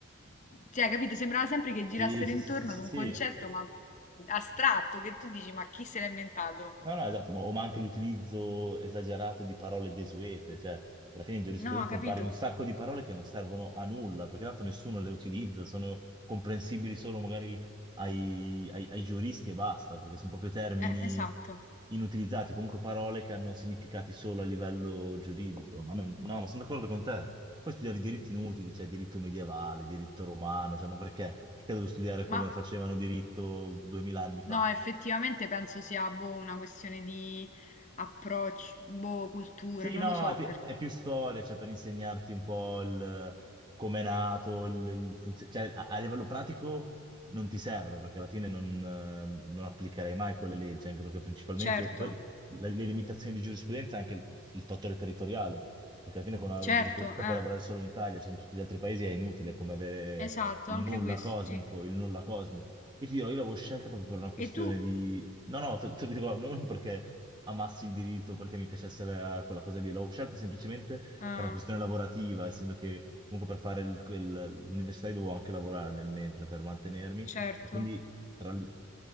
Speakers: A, on the left (about 35°); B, on the right (about 20°).
A: Cioè, capito? Sembrava sempre che girassero
B: Sì, sì,
A: intorno
B: sì, sì, sì,
A: ad un
B: sì.
A: concetto, ma astratto, che tu dici, ma chi se l'ha inventato?
B: No, no, esatto, ma, o ma anche l'utilizzo esagerato di parole desuete, cioè alla fine in giurisprudenza
A: No, capito?
B: impari un sacco di parole che non servono a nulla, perché tanto nessuno le utilizza, sono comprensibili solo magari ai, ai- ai giuristi e basta, perché sono proprio termini
A: Eh, esatto.
B: inutilizzati, comunque parole che hanno significati solo a livello giuridico. Ma non- no, ma sono d'accordo con te. Poi studiavi diritti inutili, cioè diritto medievale, diritto romano, cioè ma perché? Perché devo studiare come
A: Ma
B: facevano diritto duemila anni fa?
A: no, effettivamente penso sia boh, una questione di approccio, boh, cultura,
B: Sì,
A: non
B: no,
A: lo so
B: è, pi-
A: perché.
B: è più storia, cioè per insegnarti un po' il, come è nato, il, il funzio- cioè a, a livello pratico non ti serve perché alla fine non, eh, non applicherai mai quelle leggi, anche perché principalmente
A: Certo,
B: poi le, le limitazioni di giurisprudenza è anche il, il fattore territoriale, perché alla fine con la laurea
A: certo,
B: in giurisprudenza
A: eh,
B: puoi lavorare solo in Italia, cioè in tutti gli altri paesi è inutile, come avere
A: esatto,
B: il
A: anche
B: nulla
A: questo,
B: cosmico,
A: sì.
B: il nulla cosmico. Io ti dirò, io l'avevo scelta proprio per una questione
A: E tu?
B: di... No, no, te, te lo dico, non perché amassi il diritto perché mi piacesse la- quella cosa lì, l'ho scelta semplicemente
A: Ah,
B: per una questione lavorativa, essendo che comunque per fare il- il- l'università io dovevo anche lavorare nel mentre per mantenermi,
A: certo.
B: e quindi tra le-